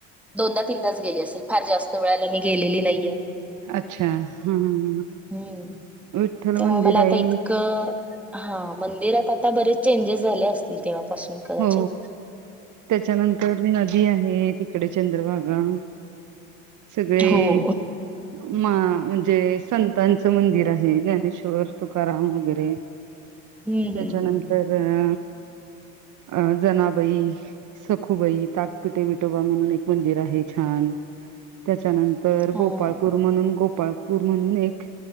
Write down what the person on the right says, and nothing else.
अच्छा हम्म
विठ्ठल
मंदिर
आहे
हो त्याच्यानंतर नदी आहेत. तिकडे चंद्रभागा सगळे
मा म्हणजे संतांचं मंदिर आहे ज्ञानेश्वर तुकाराम वगैरे.
त्याच्यानंतर
अ अं जनाबाई सखुबाई, ताकपिटे विटोबा म्हणून एक मंदिर आहे छान. त्याच्यानंतर
गोपाळपूर म्हणून गोपाळ पूर म्हणून एक